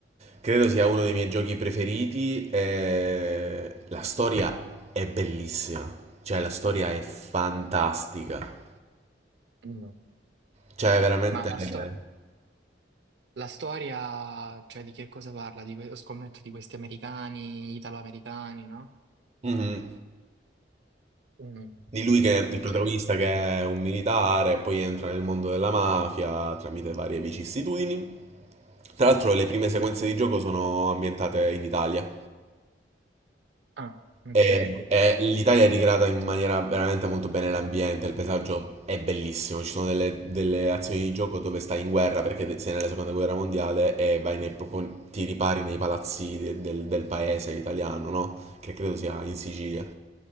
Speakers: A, on the right; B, on the right.
A: credo sia uno dei miei giochi preferiti. e la storia è bellissima. Cioè, la storia è fantastica.
B: Mm.
A: Cioè, veramente.
B: Ma la,
A: Eh,
B: sto- la storia, cioè di che cosa parla? Di que- scommetto di questi americani, italo-americani, no?
A: Mhm.
B: Mm,
A: Di lui che è
B: ok.
A: il protagonista che è un militare, poi entra nel mondo della mafia tramite varie vicissitudini. Tra l'altro le prime sequenze di gioco sono ambientate in Italia.
B: Ah, ok.
A: E- e l'Italia è ricreata in maniera veramente molto bene l'ambiente, il paesaggio è bellissimo, ci sono delle, delle azioni di gioco dove stai in guerra perché sei nella seconda guerra mondiale e vai nei, proprio, ti ripari nei palazzi de- del, del paese italiano, no? Che credo sia in Sicilia.